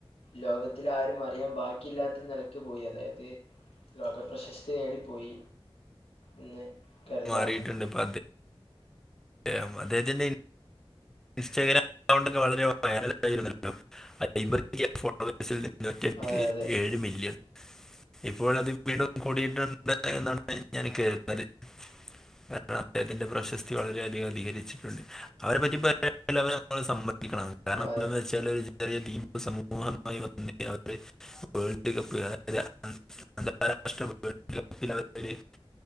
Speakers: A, on the left; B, in the centre.
A: ലോകത്തിലാരും അറിയാൻ ബാക്കിയില്ലാത്ത നിലക്ക് പോയി, അതായത് ലോകപ്രശസ്തി നേടിപ്പോയി എന്നുകരുതാം.
B: മാറിയിട്ടുണ്ട് ഇപ്പൊ <unintelligible> ഇൻസ്റ്റാഗ്രാംഅക്കൗണ്ടി ഒക്കെ വളരെവൈറൽ ആരുന്നല്ലോ ലൈബ ഫോേഴ് നൂറ്റിയെട്ടില്
A: അതെ അതെ
B: ഏഴു മില്യൺ ഇപ്പോളത് വീണ്ടും കൂടിയിട്ടുണ്ടെന്നാണ് ഞാൻ കരുതിയത് കാരണം അദ്ദേഹത്തിന്റെ പ്രശസ്തി വളരെയധികം അധികരിച്ചിട്ടുണ്ട്, അവരെ പറ്റിപ ടെൻഇലവണേ നമ്മളുസമ്മതിക്കണം കാരണം
A: അതെ
B: എന്തെന്നുവെച്ചാല് ചെറിയദ്വീപ് സമൂഹമായി <unintelligible> <unintelligible>